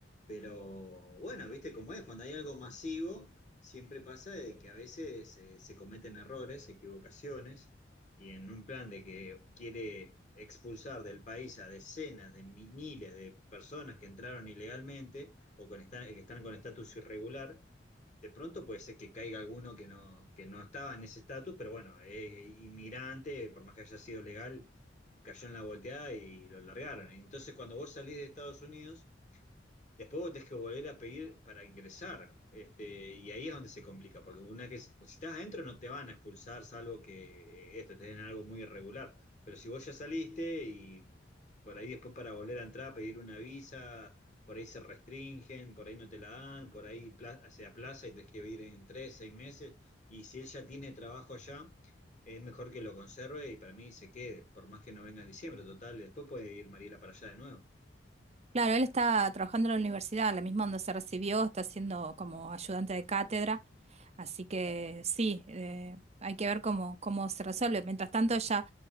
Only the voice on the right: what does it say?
Claro, él está trabajando en la universidad, la misma donde se recibió, está siendo como ayudante de cátedra, así que sí, eh, hay que ver cómo, cómo se resuelve. Mientras tanto, ella